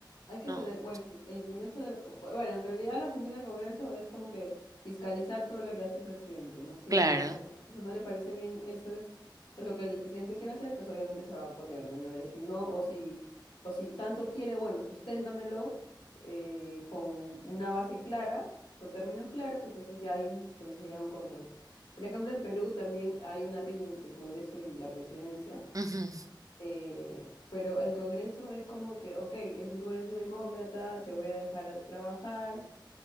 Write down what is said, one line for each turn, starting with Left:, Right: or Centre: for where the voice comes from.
Left: Hay que
Right: no.
Left: tener, bueno, el Congreso de, bueno, en realidad la función del Congreso es como que fiscalizar todo lo que hace el presidente, ¿no? Si
Right: Claro.
Left: para el Congreso no le parece bien ese, lo que el presidente quiere hacer, pues obviamente se va a oponer, ¿no? Y Le va a decir no, o si, o si tanto quiere, bueno, susténtamelo eh, con una base clara, con términos claros, entonces ya hay, entonces ya hay un consenso. Por ejemplo, en Perú también hay una riña entre el Congreso y la presidencia.
Right: ujú,
Left: Eh, pero el Congreso es como que, ok, es un Congreso demócrata, te voy a dejar a trabajar,